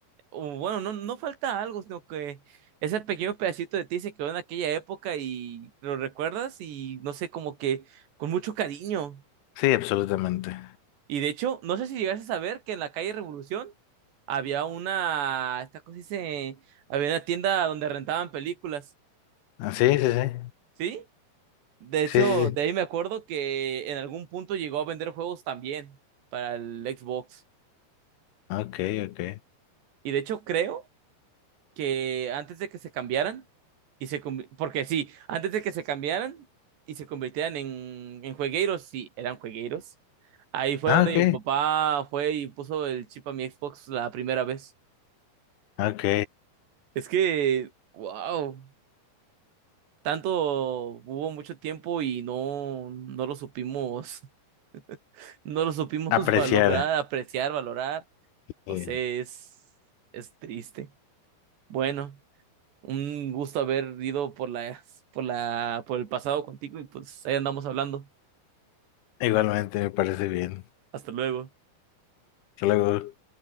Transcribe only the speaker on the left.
Sí, absolutamente.
Ah, sí, sí, sí.
Sí, sí, sí.
Ok, ok.
Ah,
ok.
Ok.
Apreciar.
Sí.
Igualmente me parece bien.
Hasta luego.